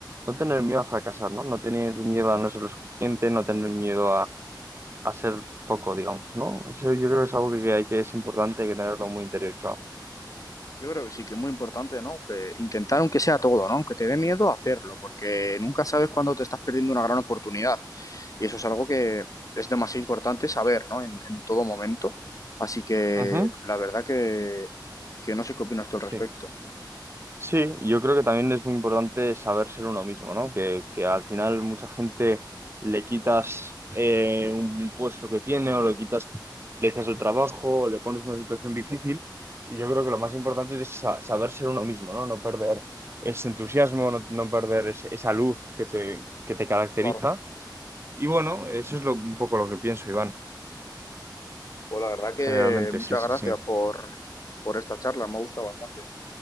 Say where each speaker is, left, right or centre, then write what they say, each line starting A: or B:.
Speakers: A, on the right; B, on the left.
A: No tener miedo a fracasar, ¿no? No tener miedo a no ser lo suficiente, no tener miedo a, a ser poco, digamos, ¿no? Eso yo creo que es algo que, que hay que es importante, hay que tenerlo muy interiorizado.
B: Yo creo que sí, que es muy importante, ¿no? Que intentar aunque sea todo, ¿no? Aunque te dé miedo hacerlo, porque nunca sabes cuándo te estás perdiendo una gran oportunidad. Y eso es algo que es demasiado importante saber, ¿no? En, en todo momento. Así que
A: Ujú.
B: la verdad que, que no sé qué opinas tú al
A: Sí.
B: respecto.
A: Sí, yo creo que también es muy importante saber ser uno mismo, ¿no? Que, que al final mucha gente le quitas eh, un puesto que tiene o le quitas, le quitas el trabajo o le pones una situación difícil. Y yo creo que lo más importante es sa- saber ser uno mismo, ¿no? No perder ese entusiasmo, no, no perder ese- esa luz que te, que te caracteriza.
B: Claro.
A: Y bueno, eso es lo, un poco lo que pienso, Iván,
B: Pues la verdad
A: generalmente,
B: que muchas
A: sí, sí,
B: gracias
A: sí.
B: por, por esta charla, me ha gustado bastante.